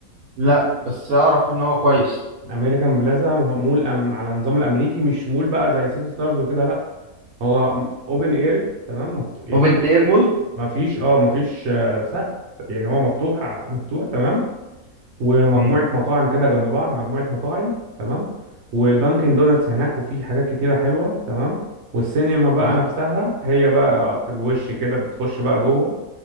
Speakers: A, on the right; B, on the right.
A: لا بس أعرف إن هو كويس
B: الامريكان بلازا مول أم... على النظام الامريكي مش مول بقى زي سيتي ستارز وكده لا هو اوبن اير تمام مفتوح يعني
A: بوبن
B: ما فيش
A: إير مول
B: ما فيش اه ما فيش آه، سقف يعني هو مفتوح آه، مفتوح تمام ومجموعة
A: مم.
B: مطاعم كده جنب بعض مجموعة مطاعم تمام ودانكن دوناتس هناك وفي حاجات كتيرة حلوة تمام والسينما بقى
A: تمام
B: نفسها هي بقى في الوش كده بتخش بقى جوه